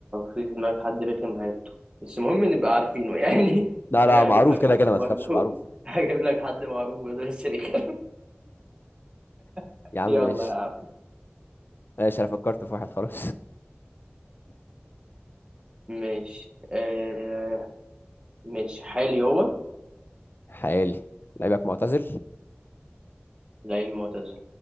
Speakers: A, on the right; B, on the left.
A: في في دماغك حد رخم هاته بس المهم نبقى عارفينه يعني <laughs>
B: لا
A: وانا
B: لا معروف
A: هجيب لك
B: كده
A: حد
B: كده
A: برضه
B: ما تخافش معروف
A: <laughs> هجيب لك حد معروف برضه بس رخم
B: <laughs>
A: <laughs>
B: يا عم
A: يلا
B: ماشي
A: يا عم
B: ماشي انا فكرت في واحد خلاص <laughs>
A: ماشي آه ماشي حالي هو
B: حالي لعيبك معتزل
A: لعيبي معتزل